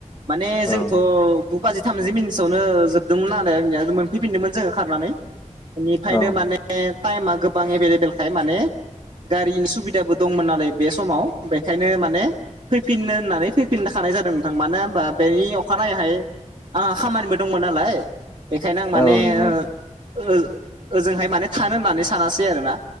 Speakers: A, on the right; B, on the left.
A: माने
B: औ
A: जोंथ' गु बाजि थामजि मिनिटसोआवनो जोबदोंमोननानैंनिया मोनफैफिनदोंमोन जोङो खारनानै बेनिफ्रायनो
B: औ
A: माने टाइमा गोबां एभेलेबेलखाय माने गारिनि सुबिदाबो दंमोन नालाय बे समाव बेखायनो माने फैफिननो होननानै फैफिनखानाय जादों नोंथां मानो होमबा बेनि अखानायाहाय आंहा खामानिबो दंमोन नालाय बेखायनो आं माने
B: औ नोंथां
A: ओ ओजोंहाय माने थानो होननानै सानासै आरोना